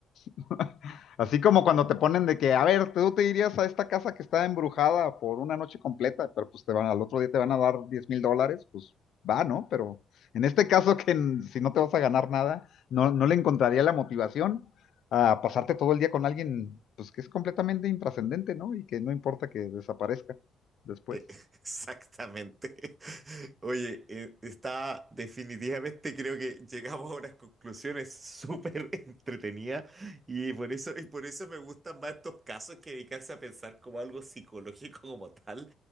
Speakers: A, on the left (about 70°); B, on the right (about 30°).
A: <laughs> Así como cuando te ponen de que, a ver, tú te irías a esta casa que está embrujada por una noche completa, pero pues te van, al otro día te van a dar diez mil dólares, pues va, ¿no? Pero en este caso que n- si no te vas a ganar nada, no, no le encontraría la motivación a pasarte todo el día con alguien, pues que es completamente intrascendente, ¿no? Y que no importa que desaparezca después.
B: Eh, <laughs> Exactamente. <laughs> Oye, eh, está definitivamente creo que llegamos a unas conclusiones súper <laughs> entretenidas y por eso, y por eso me gustan más estos casos que dedicarse a pensar como algo psicológico como tal.